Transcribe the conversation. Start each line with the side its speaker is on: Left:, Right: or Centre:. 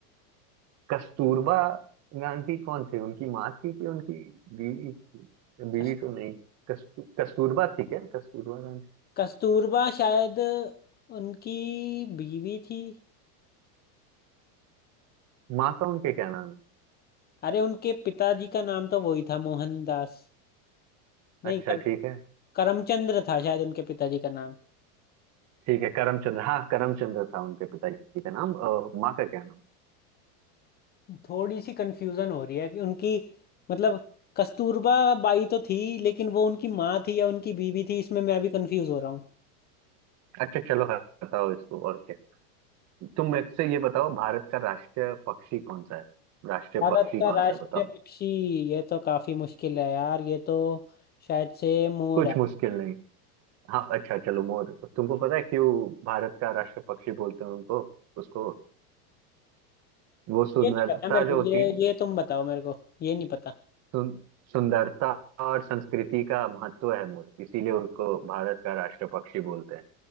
Right: कस्तूरबा गांधी कौन थे उनकी माँ थी कि उनकी बीवी थी बीवी
Left: कस-
Right: तो नहीं कस्तू, कस्तूरबा थी क्या कस्तूरबा गांधी
Left: कस्तूरबा शायद उनकी बीवी थी
Right: माँ का उनके क्या नाम
Left: अरे उनके पिताजी का नाम तो वही था मोहनदास नहीं
Right: है अच्छा
Left: कर,
Right: ठीक है
Left: करमचंद्र था शायद उनके पिताजी का नाम
Right: ठीक है करमचंद्र हाँ करमचंद्र था उनके पिताजी का नाम अ, माँ का क्या नाम
Left: थोड़ी सी कंफ्यूजन हो रही है कि उनकी मतलब कस्तूरबा बाई तो थी लेकिन वो उनकी माँ थी या उनकी बीवी थी इसमें मैं भी कंफ्यूज हो रहा हूँ
Right: अच्छा चलो हटाओ इसको और क्या तुम मुझसे ये बताओ भारत का राष्ट्रीय पक्षी कौन सा है राष्ट्रीय
Left: भारत
Right: पक्षी
Left: का
Right: कौन
Left: राष्ट्रीय
Right: सा है बताओ
Left: पक्षी ये तो काफी मुश्किल है यार ये तो शायद से मोर
Right: कुछ
Left: है
Right: मुश्किल नहीं हाँ अच्छा चलो मोर तुमको पता है क्यों भारत का राष्ट्र पक्षी बोलते हैं उनको उसको वो
Left: ये
Right: सुंदरता
Left: नहीं पता मेरे को
Right: जो होती
Left: ये ये तुम बताओ मेरे को ये नहीं पता
Right: सुन, सुंदरता और संस्कृति का महत्व है मोर इसीलिए उसको भारत का राष्ट्र पक्षी बोलते हैं